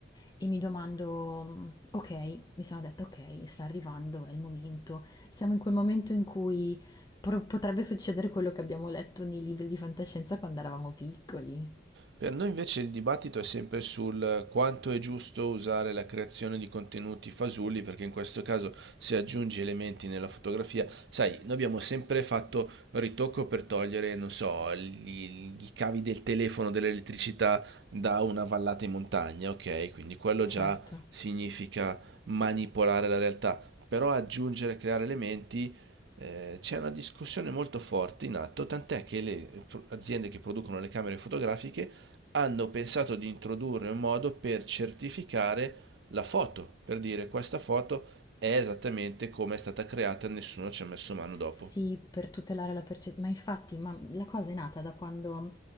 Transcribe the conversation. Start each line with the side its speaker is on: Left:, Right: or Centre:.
Left: e mi domando, mm, ok, mi sono detta ok, sta arrivando, è il momento, siamo in quel momento in cui pro- potrebbe succedere quello che abbiamo letto nei libri di fantascienza quando eravamo piccoli,
Right: Per noi invece il dibattito è sempre sul quanto è giusto usare la creazione di contenuti fasulli, perché in questo caso se aggiungi elementi nella fotografia, sai, noi abbiamo sempre fatto ritocco per togliere, non so, gli- i cavi del telefono, dell'elettricità da una vallata in montagna, ok? Quindi quello
Left: certo.
Right: già significa manipolare la realtà, però aggiungere, creare elementi Eh, c'è una discussione molto forte in atto, tant'è che le pro- aziende che producono le camere fotografiche hanno pensato di introdurre un modo per certificare la foto, per dire questa foto è esattamente come è stata creata, nessuno ci ha messo mano dopo.
Left: Sì, per tutelare la perce ma infatti, ma la cosa è nata da quando